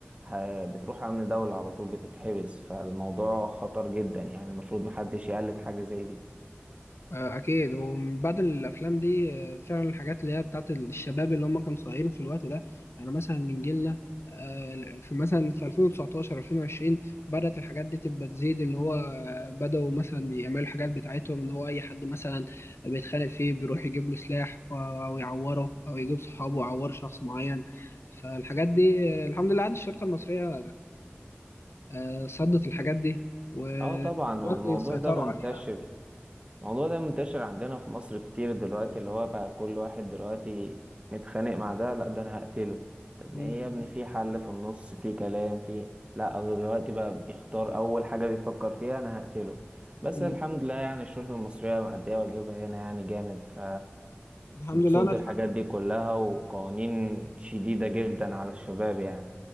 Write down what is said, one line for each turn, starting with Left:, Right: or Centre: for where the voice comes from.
Right: ه- بتروح امن دولة على طول بتتحبس فالموضوع خطر جدا يعني المفروض محدش يقلد حاجة زي دي
Left: آه، اكيد هو من بعد الافلام دي آه، فعلا الحاجات اللي هي بتاعت الشباب اللي هم كانوا صغيرين في الوقت ده يعني مثلا من جيلنا آه، في مثلا في 2019 2020 بدأت الحاجات دي تبقى تزيد اللي هو آه، بدأوا مثلا يعملوا الحاجات بتاعتهم اللي هو أي حد مثلا بيتخانق فيه بيروح يجيب له سلاح أو أو يعوره أو يجيب صحابه يعور شخص معين فالحاجات دي آه، الحمد لله عاد الشرطة المصرية آه، صدت الحاجات دي ودلوقتي
Right: اه طبعا هو الموضوع
Left: سيطروا
Right: ده منتشر
Left: عليها
Right: الموضوع ده منتشر عندنا في مصر كتير دلوقتي اللي هو بقى كل واحد دلوقتي متخانق مع ده لا ده انا هقتله طب
Left: مم.
Right: ما ايه يا ابني في حل في النص في كلام في لا هو دلوقتي بقى بيختار اول حاجة بيفكر فيها انا هقتله بس
Left: مم.
Right: الحمد لله يعني الشرطة المصرية مأدية واجبها هنا يعني جامد ف
Left: الحمد
Right: بتصد
Left: لله أنا
Right: الحاجات دي كلها وقوانين شديدة جدا على الشباب يعني